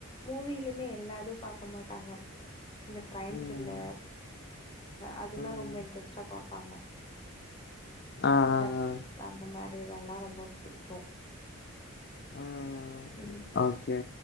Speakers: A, on the left; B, on the left.
A: மூவிலுமே எல்லாதுும் பாக்க மாட்டாங்க இந்த கிரைம்
B: ம்,
A: த்ரில்லர் அதெல்லாம்
B: ம்.
A: ரொம்ப இன்ட்ரெஸ்ட்டா பாப்பாங் பாப்பாங்க
B: ஆ, ஆ,
A: சாப்ட்ட
B: ஆ.
A: மாரி இதெல்லாம் ரொம்ப புடிக்கும்
B: உஹம்
A: ம்
B: ஓகே